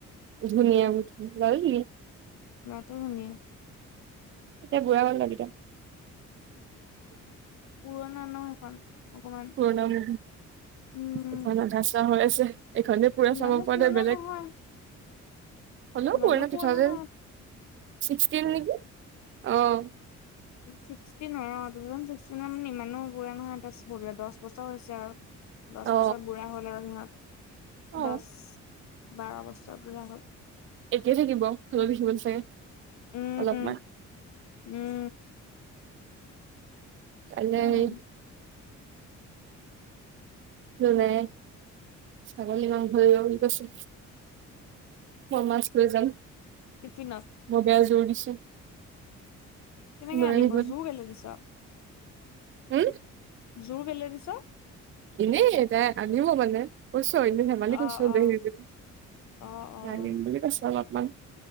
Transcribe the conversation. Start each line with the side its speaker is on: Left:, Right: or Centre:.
Right: ধুনীয়া ছোৱালি।
Left: লৱাটো ধুনীয়া।
Right: এতিয়া বুঢ়া হল লৰা গিতা।
Left: পুৰণা ন সেইখন। অকমান।
Right: পুৰণা মভি।
Left: উম,
Right: এখন গাচা হৈ আছে এইখনে পুৰা
Left: ইমানো
Right: চাব পৰা
Left: পুৰণা
Right: নাই বেলেগ-
Left: নহয়,
Right: হলো
Left: ইমানো
Right: পুৰণা টু থাউজেন
Left: নহয়।
Right: ছিক্সটিন নেকি। অঁ।
Left: ছিক্সটিনৰ অ' টু থাউজেন ছিক্সটিনৰ মানে ইমানো বুঢ়া নহয়, <unintelligible> দহ বছৰ হৈছে আৰু। দহ
Right: অ
Left: বছৰ বুঢ়া হ'ল আৰু সিহঁত,
Right: অ
Left: দহ বাৰ বছৰ বুঢ়া হ'ল।
Right: একে থাকিব <unintelligible> চাগে
Left: উম,
Right: অলপমান।
Left: উম।
Right: কাইলে
Left: সেয়া
Right: সেই- একো নাই ছাগলী মাংস ভাল <unintelligible> কৈছে। মই মাছ লৈ যাম,
Left: টিফিনত
Right: মই বেয়া জোৰ দিছো।
Left: কেনেকে
Right: লৈ
Left: আনিব
Right: আহিব
Left: জোৰ কেলে দিছ।
Right: হুম।
Left: জোৰ কেলে দিছ?
Right: এনেই তাই আনিব মানে। কৈছোঁ আৰু এনেই ধেমালি
Left: অ',
Right: কৈছোঁ <unintelligible>
Left: অ', অ',
Right: আনিম বুলি কৈছে অলপমান।